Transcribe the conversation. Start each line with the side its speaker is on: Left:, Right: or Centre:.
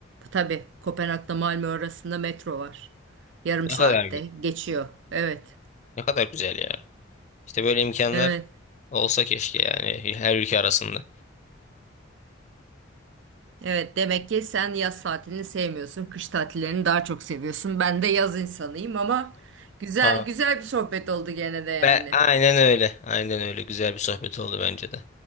Right: Tabii Kopenhag'da Malmö arasında metro var. Yarım
Left: Ne
Right: saatte
Left: kadar gü-
Right: geçiyor. Evet.
Left: ne kadar güzel ya. İşte böyle imkanlar
Right: Evet.
Left: olsa keşke yani her ülke arasında.
Right: Evet demek ki sen yaz tatilini sevmiyorsun. Kış tatillerini daha çok seviyorsun. Ben de yaz insanıyım ama güzel
Left: Aa,
Right: güzel bir sohbet oldu gene de yani.
Left: Ve aynen öyle. Aynen öyle. Güzel bir sohbet oldu bence de.